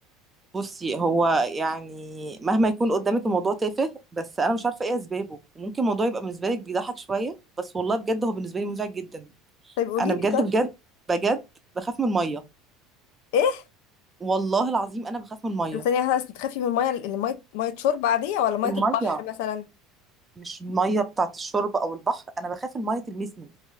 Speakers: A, on the right (about 15°); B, on the left (about 75°).
A: بصي هو يعني مهما يكون قدامك الموضوع تافه بس انا مش عارفه ايه اسبابه وممكن الموضوع يبقى بالنسبه لك بيضحك شويه بس والله بجد هو بالنسبه لي مزعج جدا
B: طيب قولي
A: انا بجد
B: لي طيب
A: بجد بجد بخاف من الميه
B: ايه
A: والله العظيم انا بخاف من الميه
B: طب ثانيه واحدة بس بتخافي من الميه اللي ميه ميه شرب عاديه ولا ميه
A: الميه
B: البحر مثلا
A: مش الميه بتاعت الشرب او البحر انا بخاف الميه تلمسني